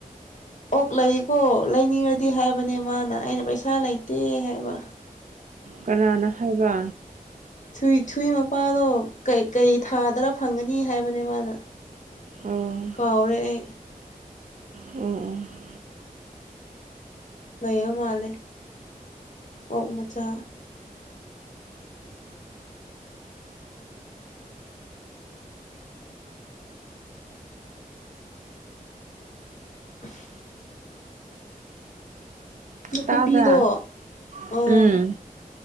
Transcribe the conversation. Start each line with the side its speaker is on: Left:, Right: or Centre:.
Left: ꯑꯣꯛ ꯂꯩꯀꯣ ꯂꯩꯅꯤꯡꯔꯗꯤ ꯍꯥꯏꯕꯅꯦ ꯃꯥꯅ ꯑꯩꯅ ꯄꯩꯁꯥ ꯂꯩꯇꯦ ꯍꯥꯏꯕ
Right: ꯀꯅꯥꯅ ꯍꯥꯏꯕ
Left: ꯊꯨꯏ ꯊꯨꯏ ꯃꯄꯥꯗꯣ ꯀꯩ ꯊꯥꯗꯔ ꯐꯪꯒꯅꯤ ꯍꯥꯏꯕꯅꯦ ꯃꯥꯅ
Right: ꯎꯝ
Left: ꯀꯥꯎꯔꯦ ꯑꯩ
Right: ꯎꯝ ꯎꯝ
Left: ꯂꯩꯕ ꯃꯥꯜꯂꯦ ꯑꯣꯛ ꯃꯆꯥ <unintelligible> ꯅꯥꯀꯨꯞꯄꯤꯗꯣ
Right: ꯇꯥꯕ꯭ꯔꯥ
Left: ꯑꯥ
Right: ꯎꯝ